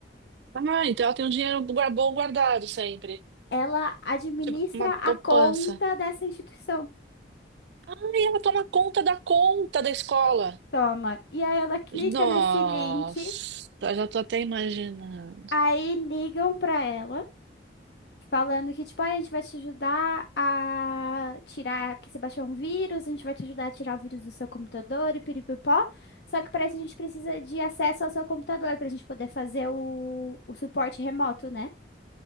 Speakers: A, on the right (about 65°); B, on the left (about 65°).
A: Ah, então ela tem um dinheiro gua- bom guardado sempre.
B: Ela administra
A: Tipo, uma
B: a
A: poupança.
B: conta dessa instituição.
A: Aí ela toma conta da conta da escola.
B: Toma. E aí ela clica
A: Nossa,
B: nesse link,
A: já tô até imaginando.
B: aí ligam para ela. falando que, tipo, "Ai, a gente vai te ajudar a tirar, porque você baixou um vírus, a gente vai te ajudar a tirar o vírus do seu computador e piripipó. Só que para isso a gente precisa de acesso ao seu computador para a gente poder fazer o, o suporte remoto, né?